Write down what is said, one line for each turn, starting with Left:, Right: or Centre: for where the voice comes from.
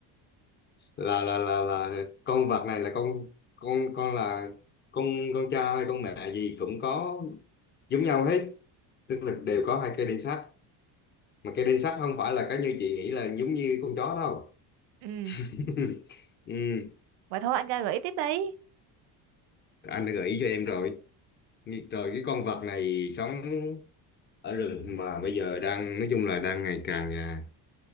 Left: là là là, là con vật này là con con con là con con cha hay con mẹ gì cũng có giống nhau hết tức là đều có hai cây đinh sắt mà cây đinh sắt không phải là cái như chị nghĩ là giống như con chó đâu
Right: Ừ,
Left: <laughs> ừ
Right: vậy thôi anh ra gợi ý tiếp đi.
Left: anh đã gợi ý cho em rồi Nghi- rồi cái con vật này sống ở rừng mà bây giờ đang nói chung là đang ngày càng à,